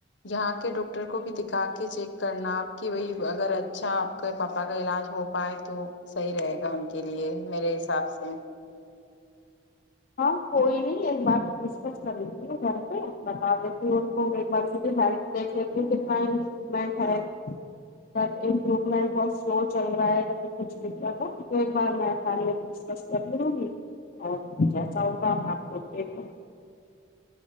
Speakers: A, on the left (about 65°); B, on the left (about 45°).
A: یہاں کے ڈاکٹر کو بھی دکھا کے چیک کرنا آپ کی وہی اگر اچھا آپ کے پاپا کا علاج ہو پائے تو صحیح رہے گا ان کے لیے میرے حساب سے
B: ہاں کوئی نہیں ایک بار میں ڈسکس کر لیتی ن گ بتا دیتی ان کو ایک بار دیکھ لیتی ہوں کتنا امپرومنٹ ہے س امپرومنٹ بہت سلو چل رہا ہے جسے کچھ دق رہا تھا تو ایک بار میں فیملی کو ڈسکس کر ل لوں گی اور سو کا میںپ